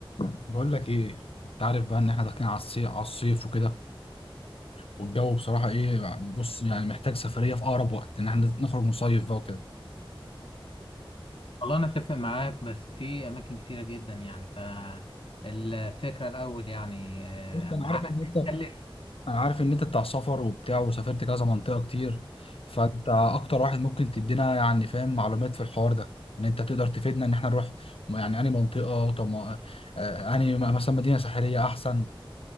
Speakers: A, on the left; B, on the left.
A: بقول لك ايه انت عارف بقى ان احنا داخلين على الصيف على الصيف وكده والجو بصراحه ايه بص يعني محتاج سفريه في اقرب وقت ان احنا نخرج نصيف بقى وكده
B: والله أنا أتفق معاك بس في أماكن كتيرة جدا يعني فالفكرة الأول يعني آه،
A: بص انا
B: معاك
A: عارف ان انت
B: تكلف
A: انا عارف ان انت بتاع سفر وبتاع وسافرت كذا منطقه كتير فانت اكتر واحد ممكن تدينا يعني فاهم معلومات في الحوار ده ان انت تقدر تفيدنا ان احنا نروح يعني انهي منطقه طب ما- آه، انهي مثلا مدينه ساحليه احسن